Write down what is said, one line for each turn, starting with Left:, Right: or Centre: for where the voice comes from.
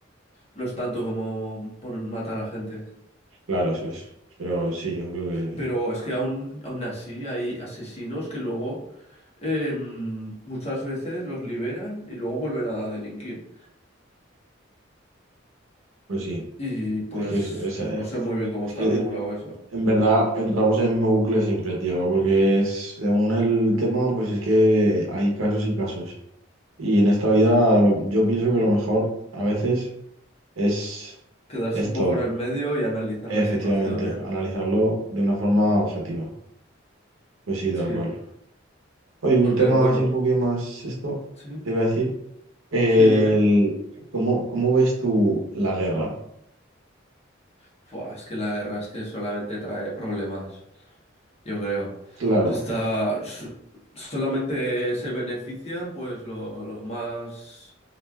Left: no es tanto como por matar a gente.
Right: Claro, eso es. Pero sí, yo creo que,
Left: Pero es que aún, aún así hay asesinos que luego em, muchas veces los liberan y luego vuelven a delinquir.
Right: pues sí.
Left: Y pues
Right: Es que, es, es, eh,
Left: no sé muy bien cómo
Right: es
Left: está
Right: que
Left: regulado
Right: eh,
Left: eso.
Right: en verdad entramos en el mismo bucle siempre, tío, porque es, según el tema, pues es que hay casos y casos. Y en esta vida
Left: Sí.
Right: lo- yo pienso que lo mejor a veces es
Left: Quedarse
Right: esto,
Left: un poco en el medio y analizar
Right: efectivamente,
Left: la situación. bien.
Right: analizarlo de una forma objetiva. Pues sí, tal
Left: Sí,
Right: cual.
Left: bu-
Right: Oye, un
Left: porque
Right: tema
Left: bueno,
Right: así un poquito más esto,
Left: sí,
Right: te iba a decir. El,
Left: sí, dime.
Right: ¿cómo, cómo ves tú la guerra?
Left: Fua, es que la guerra es que solamente trae problemas. yo creo.
Right: Claro,
Left: Se Está, s- solamente se benefician pues lo- los más